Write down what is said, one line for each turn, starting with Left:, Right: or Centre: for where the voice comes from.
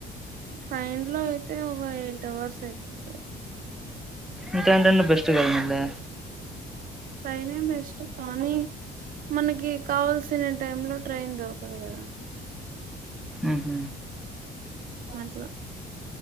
Right: ట్రైన్ లో అయితే ఒక ఎయిట్ అవర్స్ అయిపోతాయి
Centre: ఇంకా అంటే బెస్ట్ కాద మలే
Right: ట్రైనే బెస్ట్ కానీ మనకి కావాల్సిన టైం లో ట్రైన్ దొరకదు కదా
Centre: ఉహుమ్
Right: అట్ల